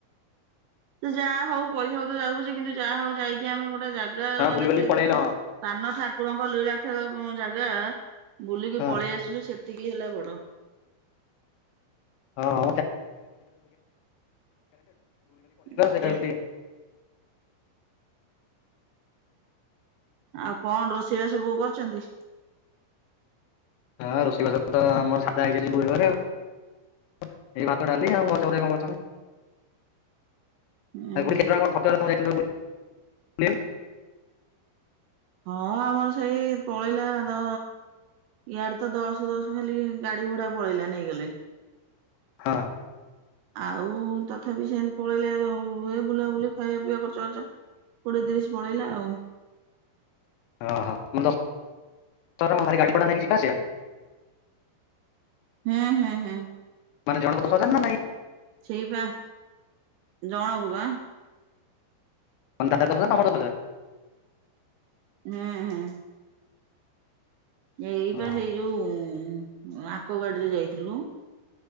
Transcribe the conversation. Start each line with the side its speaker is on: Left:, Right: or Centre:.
Right: ସେ, ଯାହା ହଉ ପଇସା ପତର ଯାଉୁ ପଛେ କିନ୍ତୁ, ଯାହା ହଉ ଯାଇକି ଆମେ ଗୋଟେ ଜା ଗା
Left: ଆଉ ହଁ
Right: ମାନେ
Left: ବୁଲିବାଲିକି
Right: ସେ,
Left: ପଳେଇ ଆଇଲ ହଁ
Right: ସାନ ଠାକୁରଙ୍କ ଲୀଳା ଖଳ ଜାଗା ବୁଲିକି
Left: ହଁ
Right: ପଳେଇ ଆସିଲୁ। ସେତିକି ହେଲା ବଡ।
Left: ହଁ
Right: ଗୋଟେ
Left: <unintelligible>
Right: ହଁ, ଆଉ କଣ ରୋଷେଇ ବାସ ସବୁ କରିଛନ୍ତି?
Left: ହଁ, ରୋଷେଇବାସ ତ ଆମର ସାଧା ହେଇଛି। ଆଜି ଗୁରୁବାରେ ଏଇ ଭା ଡାଲି ଆଉ ଭଜା ଭାଜି କଣ କରଛନ୍ତି।
Right: ହୁଁ
Left: ଆଉ ପୁରୀ
Right: ହୁଁ
Left: ଖାଇ ଥିଲ ନା କଁ ଛତୁଆ <unintelligible>
Right: ହଁ ଆମର ସେଇ ପଳେଇଲା ଦ ଇଆଡେ ତ ଦଶ ଦଶ ଖାଲି ଗା ଭଡା ପଳେଇଲା ନେଇଗଲେ
Left: ହଁ।
Right: ଆଉ ତଥାପି ସେମିତି ପଳେଇଲେ ବୁଲାବୁଲି ଖାଇବା ପିଇବା ଖର୍ଚ୍ଚ ଆର୍ଚ୍ଚ କୋଡିଏ ତିରିଶ ପଳେଇଲା ଆଉ।
Left: ଅହ ମାନେ ଦଶ <inaudible> ଗାଡି ପଡା ନେଇକି ଯିବା ଆସିବା?
Right: ହୁଁ ହୁଁ ହୁଁ।
Left: ମାନେ ଜଣଙ୍କ ଦଶ ହଜାର ନା ନାଇଁ
Right: ସେଇପା ଜଣକୁ ବା।
Left: <unintelligible> ତମ ଦଶ ହଜାର।
Right: ଉୁଁ ହୁଁ। ଏଇପା
Left: ହଁ
Right: ସେଇ ଯୋଉ ଆଙ୍କ ଗାଡିରେ ଯାଇଥିଲୁ।